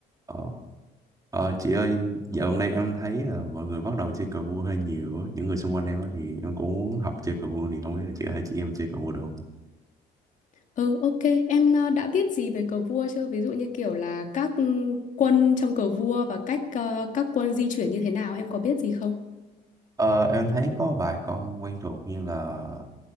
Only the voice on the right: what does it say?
Ờ, ờ, chị ơi, dạo gần đây em thấy là mọi người bắt đầu chơi cờ vua hơi nhiều á. Những người xung quanh em á thì em cũng muốn học chơi cờ vua thì không biết là chị có thể chỉ em chơi cờ vua được không?
Ờ, em thấy có vài con quen thuộc như là